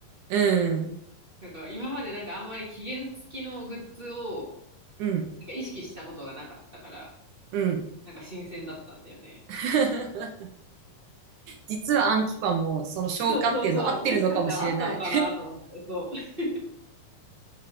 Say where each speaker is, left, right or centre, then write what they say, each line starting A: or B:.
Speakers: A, on the right; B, on the right.
A: うん。
B: だから今までなんかあんまり期限付きのグッズを
A: うん。
B: なんか意識したことがなかったから、
A: うん。
B: なんか新鮮だったんだよね。
A: <laughs> 実はアンキパンもその消化っていうの合ってるのかもしれない。
B: そうそうそう。もしかしたらあったのかなと思って、そう。